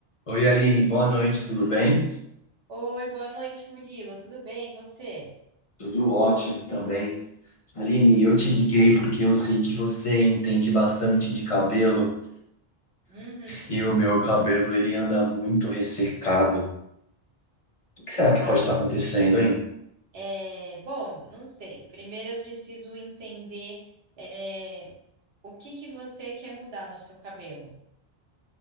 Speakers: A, on the left; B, on the right.
A: Oi, Aline, boa noite, tudo bem?
B: Oi, boa noite, Murilo. Tudo bem? E você?
A: Tudo ótimo também. Aline, eu te liguei porque eu sei que você entende bastante de cabelo
B: Uhum,
A: e o meu cabelo ele anda muito ressecado. O que será que
B: tá.
A: pode estar acontecendo, hein?
B: É, bom, não sei. Primeiro eu preciso entender é, o que que você quer mudar no seu cabelo,